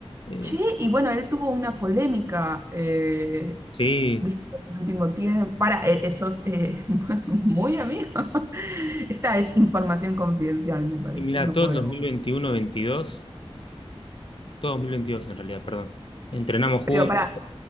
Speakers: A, on the left; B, on the right.
A: eh,
B: Che, y bueno, él tuvo una polémica eh,
A: sí,
B: viste, el último tiempo. Para, eh, esos eh, <laughs> muy amigos. <laughs> Esta es información confidencial, me parece,
A: y mira,
B: no
A: todo
B: podemos.
A: el dos mil veintiuno veintidós todo 2022 en realidad, perdón, entrenamos
B: Pero
A: juntos,
B: para,